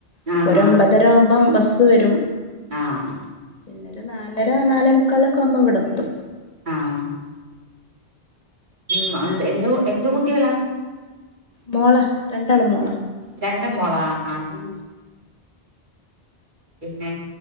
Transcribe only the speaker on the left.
അപ്പൊ
ഒരൊമ്പതര
ആവുമ്പം ബസ്സ് വരും.
പിന്നൊരു നാലര നാലേ മുക്കാലൊക്കെ ആകുമ്പം ഇവിടെത്തും.
മോള രണ്ടാളും മോള.
ഉം